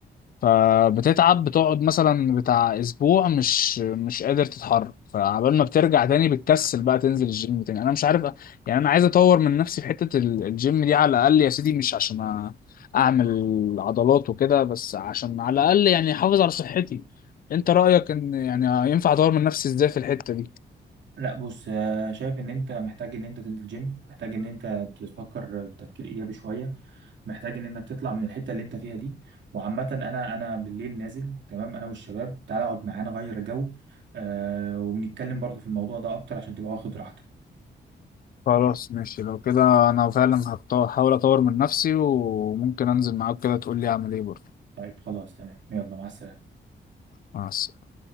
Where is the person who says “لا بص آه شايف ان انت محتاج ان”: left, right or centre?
Right